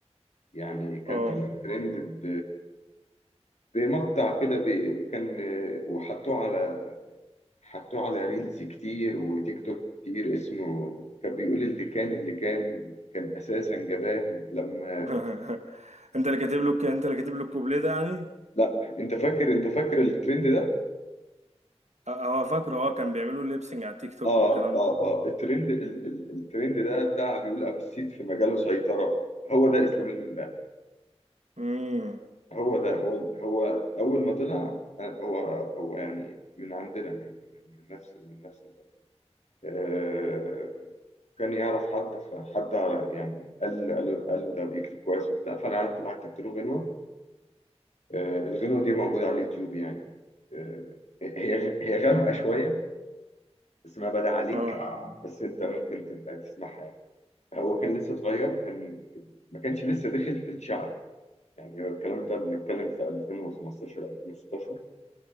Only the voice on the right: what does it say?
اه
<laughs> انت اللي كاتب له انت اللي كاتب له الكوبليه ده يعني؟
أ- هو فاكره اه كان بيعملوا ليبسنج على تيك توك
والكلام
ده
امم
اه